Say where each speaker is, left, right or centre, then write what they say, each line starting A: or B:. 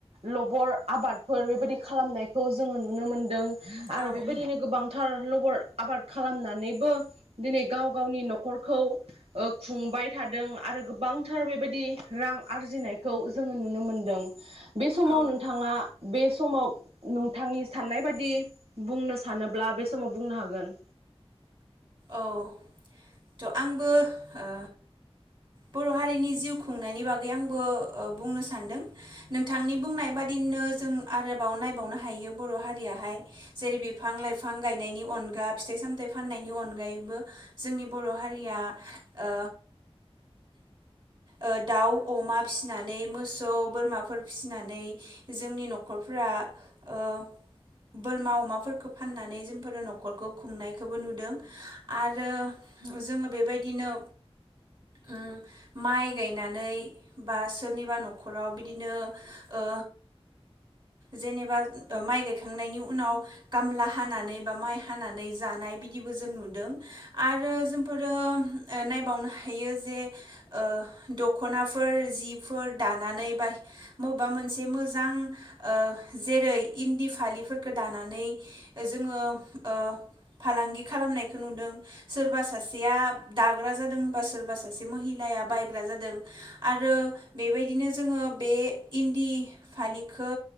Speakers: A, on the right; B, on the right.
A: लबर आबादफोर बेबायदि खालामनायखौ जोङो नुनो मोनदों आरो
B: औ
A: बेबायदिनो गोबांथार लबर आबाद खालामनानै बो दिनै गाव गावनि नखरखौ ओ खुंबाय थादों आरो गोबांथार बेबायदि रां आरजिनायखौ जोङो नुनो मोनदों बे समाव
B: औ
A: नोंथाङा बे समाव नोंथांनि साननाय बादि बुंनो सानोब्ला बे समाव बुंनो हागोन
B: औ थ आंबो ओ बर हारिनि जिउ खुंनायनि बागै आंबो ओ बुंनो सान्दों नोंथांनि बुंनाय बादि नो जों आरोबाव नायबावनो हा हायो बर हारियाहाय जेरै बिफां लाइफां गायनायनि अनगा फिथाइ सामथाइ फाननायनि अनगा अनगायैबो जोंनि बर हारिया ओ ओ दाउ अमा फिसिनानै मोसौ बोरमाफोर फिसिनानै जोंनि नखरफोरा ओ बोरमा अमाफोरखौ फाननानै जोंफोरो नखरखौ खुंनायखौबो नुदों आरो जोंङो बेबायदिनो उम माइ गायनानै बा सोरनिबा नखराव बिदिनो ओ जेनेबा माइ गायखांनायनि उनाव खामला हानानै बा माइ हानानै जानाय बिदि जों नुदों आरो जोंफोरो ओ नायबावनो हायो जे ओ दखनाफोर जिफोर दानानै बा बबेबा मोनसे मोजां ओ जेरै इन्दि फालिफोरखौ दानानै जोंङो ओ फालांगि खालामनायखौ नुदों सोरबा सासेया दाग्रा जादों बा सोरबा सासे महिलाया बायग्रा जादों आरो बेबायदिनो जोंङो बे इन्दि फालिखौ